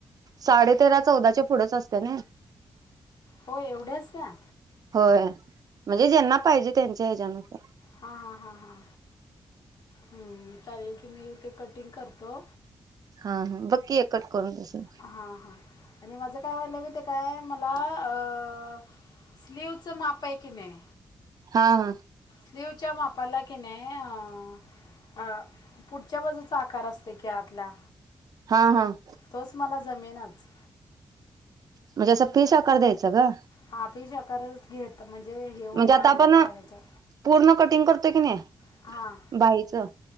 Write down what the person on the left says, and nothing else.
होय एवढी असत्या.
हां हां हां हां हमं चालेल की मी तेे कटिंग करतो.
हां हां आणि माझं काय व्हायले माहित आहे काय मला अ स्लीवचं माप आहे की नाही
स्लीवच्या मापाला कि नाही, अ अ. पुढच्या बाजूचा आकार असतय की आतला
तोच मला जमेनाच.
हा फिश आकारच घे म्हणजे, हे होईना
मला
ते काढायचं,.
हां...